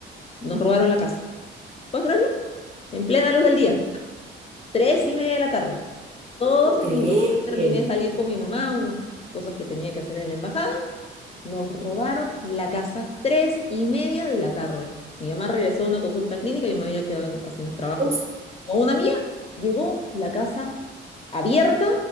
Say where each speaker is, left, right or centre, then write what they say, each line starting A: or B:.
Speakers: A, on the left (about 30°); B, on the right (about 30°).
A: Nos robaron la casa. ¿Puedes creerlo? En plena luz del día, tres y media de la tarde. Todos
B: puedo
A: salimos.
B: creer.
A: Yo terminé de salir con mi mamá, unas cosas que tenía que hacer en la embajada. Nos robaron la casa tres y media de la tarde. Mi mamá regresó de una consulta clínica y yo me había quedado en- haciendo un trabajo
B: cosa,
A: con una mía. Llegó la casa abierta,